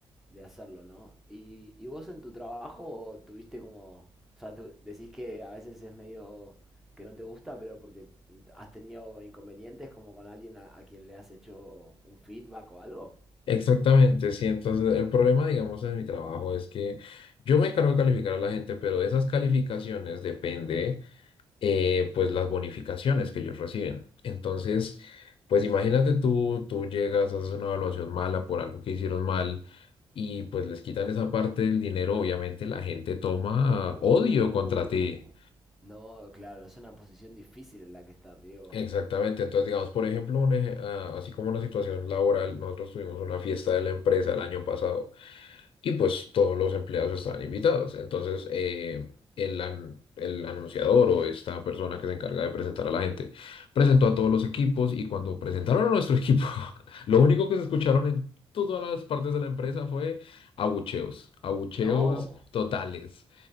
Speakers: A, in the centre; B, on the left.
A: de hacerlo, ¿no? Y, y vos en tu trabajo tuviste como, o sea, tú decís que a veces es medio que no te gusta, pero porque has tenido inconvenientes como con alguien a, a quien le has hecho un feedback o algo.
B: Exactamente, sí. Entonces, el problema, digamos, en mi trabajo es que yo me encargo de calificar a la gente, pero de esas calificaciones depende, eh, pues, las bonificaciones que ellos reciben. Entonces, pues, imagínate tú, tú llegas, haces una evaluación mala por algo que hicieron mal y, pues, les quitan esa parte del dinero. Obviamente, la gente toma
A: Uh,
B: odio contra ti.
A: no, claro, es una posición difícil en la que estás, Diego.
B: Exactamente, entonces digamos, por ejemplo, un ej- ah, así como una situación laboral, nosotros tuvimos una fiesta de la empresa el año pasado. y pues todos los empleados estaban invitados. Entonces, eh, el, an- el anunciador o esta persona que se encarga de presentar a la gente presentó a todos los equipos y cuando presentaron a nuestro equipo, <laughs> lo único que se escucharon en todas las partes de la empresa fue abucheos, abucheos
A: No,
B: totales.